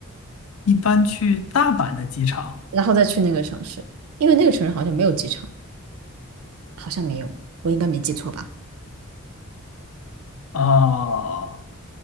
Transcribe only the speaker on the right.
然后再去那个城市，因为那个城市好像没有机场，好像没有，我应该没记错吧？